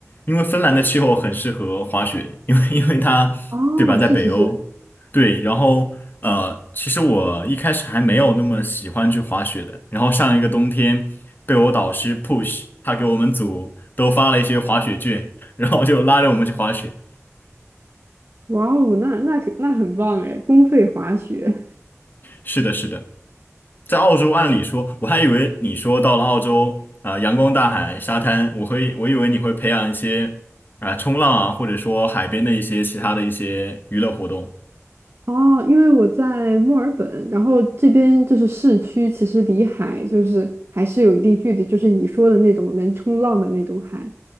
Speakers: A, on the left (about 40°); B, on the right (about 55°).
A: 因为芬兰的气候很适合滑雪，因为因为它对吧，
B: 哦，
A: 在北欧，
B: 是是是，
A: 对，然后呃，其实我一开始还没有那么喜欢去滑雪的，然后上一个冬天被我导师 push，他给我们组都发了一些滑雪券，然后就拉着我们去滑雪。
B: 哇哦，那那可那很棒哎，公费滑雪。
A: 是的，是的。在澳洲，按理说，我还以为你说到了澳洲啊、阳光大海、沙滩，我会我以为你会培养一些啊、冲浪啊，或者说海边的一些其他的一些娱乐活动
B: 哦，因为我在墨尔本，然后这边就是市区，其实离海就是还是有一定距离，就是你说的那种能冲浪的那种海，